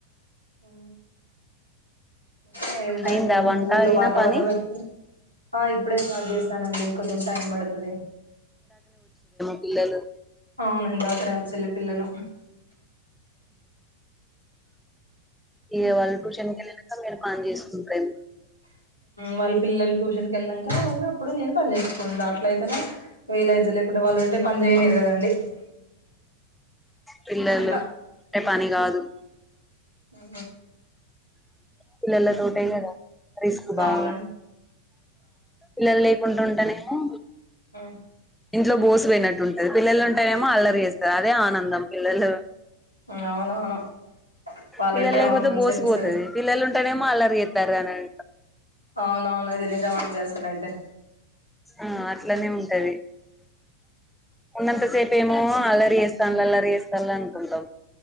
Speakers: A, on the left; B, in the centre.
A: ఆ ఇకా ఏంటండి
B: అయిందా
A: మీ
B: వంట
A: ఊర్లో
B: అయినా
A: వాతావరణం
B: పని
A: వచ్చ ఆ ఇప్పుడే స్టార్ట్ చేస్తానండి కొంచెం టైం పడుతుంది
B: ఇల్దు
A: అవునుందా అదనా చెల్ పిల్లల
B: ఇ వాళ్ళ ట్యూషన్కి వెళ్ళాక మీరు పని చేసుకుంటాము
A: వాళ్ళ పిల్లలు ట్యూషన్కి వెళ్ళాం క ఇప్పుడు నేను పని చేసుకోండా అట్ల అయితేనే వీళ ఎదు లేకుండా వాళ్ళు ఉంటే పని చేయనిరు కదండి.
B: పిల్లలు
A: అట్లా
B: అంటే పని కాదు
A: ఉ
B: పిల్లలతోటే ఇంకా రిస్క్ బాగా
A: అవునండి
B: పిల్లలు లేకుండా ఉంటనేమో
A: ఆ
B: ఇంట్లో బోసు పోయినట్టు ఉంటది. పిల్లలు ఉంటయేమో అల్లరిచేస్తారు. అదే ఆనందం పిల్లలు
A: అవునవును వాళ్ళుంటే
B: పిల్లలు లేకపోతే
A: అవును మంచి
B: బోసుకుపోతది.
A: అనిపిస్తది
B: పిల్లలు ఉంటేనేమో అల్లరి చేస్తారు అని అం
A: అవునవును ఇది నిజమండి అసల అయితే
B: ఆ అట్లనే ఉంటది ఉన్నంత సేపు ఏమో అల్లరి చేస్తాఅండల్లా అలరి చేస్తాల అనుకుంటాం.